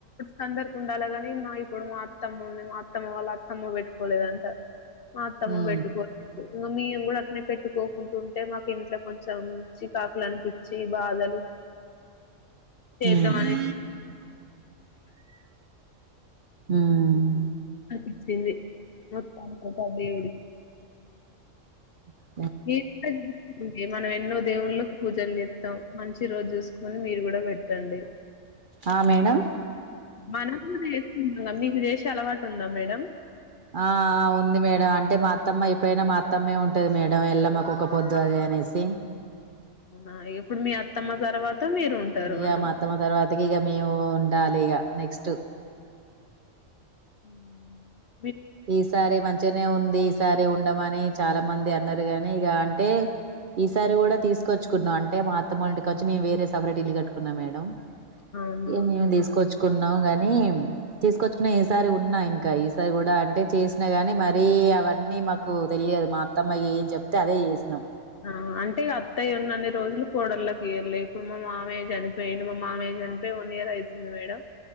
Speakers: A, on the left; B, on the right.
A: కందర్ కుండాలగాని మా ఇప్పుడు మా అత్తమ్మ ఉంది మా అత్తమ్మ వాళ్ళ అత్తమ్మ పెట్టుకోలేదంట మాత్తమ్మ
B: ఉమ్
A: బెటకు వ ఇంకా మేం కూడా అట్నే పెట్టుకోకుంట ఉంటే మాకు ఇంట్లో కొంచెం చికాకులు అనిపి చ్చీ బాధలు చేద్దామని
B: ఉహు ఉమ్
A: ఇచ్చింది మొత్తానికి ఐతే ఆ దేవుడికి
B: అ
A: <unintelligible> మనం ఎన్నో దేవుళ్ళకి పూజలు చేస్తాం మంచి రోజు చూసుకొని మీరు కూడా పెట్టండి.
B: ఆ మేడం
A: మనం కూడా చేసుకున్నా మీ విదేశ అలవాటు ఉందా మేడంమ్
B: ఆ ఉంది మేడం అంటే మా అత్తమ్మ ఎప్పుడైనా మా అత్తమ్మే ఉంటది మేడం ఎల్లమ్మకు ఒక పొద్దు అది అనేసి
A: ఆ ఇప్పుడు మీ అత్తమ్మ తర్వాత మీరు ఉంటారు
B: ఇగ
A: అన్నమా
B: మా అత్తమ్మ తర్వాతకి ఇక మేము ఉండాలి ఇగ నెక్స్ట్
A: మ్మ్
B: ఈసారి మంచిగానే ఉంది. ఈ సారి ఉండమని చాలా మంది అన్నారు గాని ఇక అంటే ఈసారి కూడా తీసుకొచ్చుకున్నాం అంటే మా అత్తమన్నిటికించెం మేము వేరే సపరేట్ ఇల్లు కట్టుకున్నాం మేడం
A: అవునా
B: ఇ
A: అండి
B: మేము తీసుకొచ్చుకో ఉన్నాం గాని తీసుకొచ్చుకునే సారి ఉన్నా ఇంకా ఈసారి కూడా అంటే చేసినా గాని మరీ అవన్నీ మాకు తెలియదు మా అత్తమ్మా ఏం చెప్తే అదే చేసినాం
A: ఆ అంటే అత్తయ్య ఉన్న అన్ని రోజులు కోడళ్ళకి ఇయర్లే ఇప్పుడు మా మామయ్య చనిపోయిండు మా మామయ్య చనిపోయయి వన్ ఇయర్ అవుతుంది మేడం